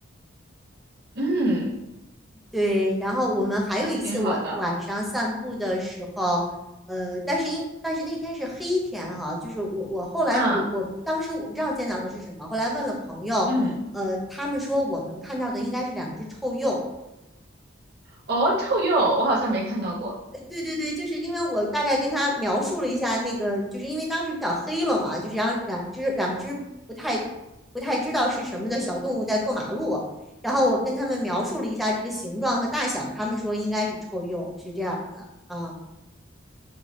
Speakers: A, on the right; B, in the centre.
A: 嗯，
B: 对，然后我们还有一次晚晚上散步的时候，
A: 挺好的。
B: 呃，但是因但是那天是黑天哈，就是我我后来我我当时我不知道见到的是什么，
A: 嗯
B: 后来问了朋友，
A: 嗯，
B: 呃，他们说我们看到的应该是两只臭鼬。
A: 哦，臭鼬，我好像没看到过。
B: 呃对对对，就是因为我大概跟他描述了一下那个，就是因为当时比较黑了嘛，就是然后两只两只不太不太知道是什么的小动物在过马路，然后我跟他们描述了一下这个形状和大小，他们说应该是臭鼬，是这样子啊。